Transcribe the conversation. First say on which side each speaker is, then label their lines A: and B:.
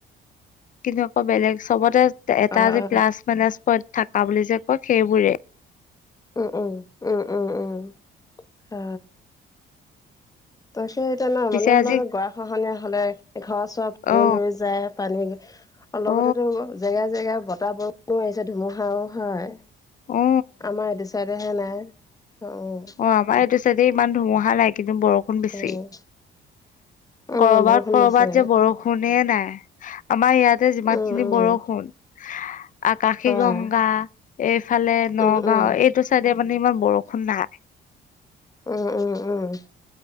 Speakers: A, on the left; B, on the left.
A: কিন্তু আকৌ বেলেগ চবতে এটা
B: আহ
A: যে
B: আহ
A: প্লাছ মাইনাজ পইন্ট থকা বুলি যে কয় সেইবোৰে।
B: উম, উম, উম, উম, উম। আ। তই সেই এতিয়া নহয়
A: পিছে
B: মানে মলত
A: আজি
B: গৰা খহনীয়া হলে ঘৰৰ চৰ ভাঙি
A: অ
B: লৈ যায়। পানী লগতেটো
A: অ
B: জেগা জেগা বতাহ বৰষুণো আহিছে, ধুমুহাও হয়।
A: অ
B: আমাৰ এইটো চাইডহে নাই, অঁ।
A: অঁ, আমাৰ এইটো চাইডে ইমান ধুমুহা নাই। কিন্তু বৰষুণ বেছি।
B: উম উম,
A: কৰবাত
B: বৰষুণ
A: কৰবাত
B: পৰিছে।
A: যে বৰষুণ- ষুণে নাই। আমাৰ ইয়াতে যিমান
B: উম,
A: খিনি
B: উম,
A: বৰষুণ- আকাশী
B: হয়।
A: গংগা এইফালে নগাওঁ
B: উম, উম,
A: এইটো- চাইে মানে ইমান বৰষুণ নাই।
B: উম, উম, উম।